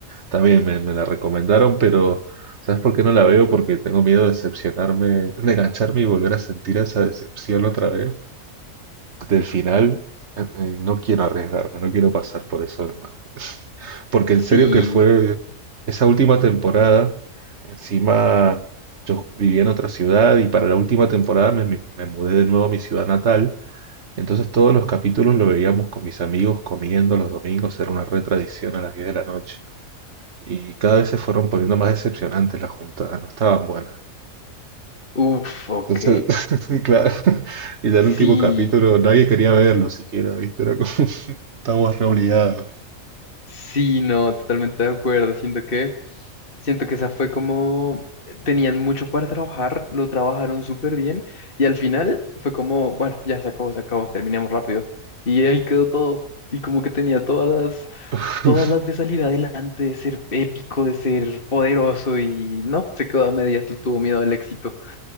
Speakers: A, on the right; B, on the left.
A: También me, me la recomendaron, pero ¿sabes por qué no la veo? Porque tengo miedo de decepcionarme, de engancharme y volver a sentir esa decepción otra vez del final. eh, eh, No quiero arriesgarme, no quiero pasar por eso de nuevo. <laughs> Porque
B: Sí,
A: en serio que fue esa última temporada, encima yo vivía en otra ciudad y para la última temporada me, me- me mudé de nuevo a mi ciudad natal entonces todos los capítulos lo veíamos con mis amigos comiendo los domingos, era una re tradición a las 10 de la noche. Y cada vez se fueron poniendo más decepcionantes las juntadas, no estaban buenas.
B: uff, ok,
A: Entonces, <laughs> claro, y ya
B: sí.
A: el último capítulo nadie quería verlo siquiera, ¿viste? Era como, <laughs> estamos re obligados.
B: Sí, no, totalmente de acuerdo. Siento que, siento que esa fue como, tenían mucho para trabajar, lo trabajaron súper bien y al final fue como, bueno, ya se acabó, se acabó, terminamos rápido. Y ahí quedó todo. Y como que tenía todas las,
A: <laughs>
B: todas las de salir adelante, de ser épico, de ser poderoso y no, se quedó a medias, le tuvo miedo al éxito.